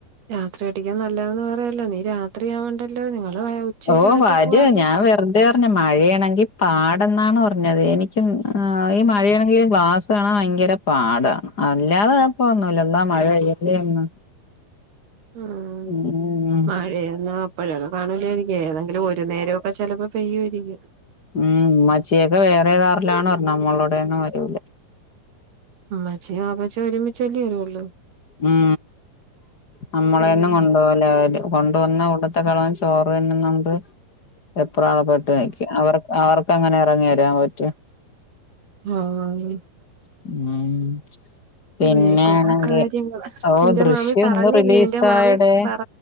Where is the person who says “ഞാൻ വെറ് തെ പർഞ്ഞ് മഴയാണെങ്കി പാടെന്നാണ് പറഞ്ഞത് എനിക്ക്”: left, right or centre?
Left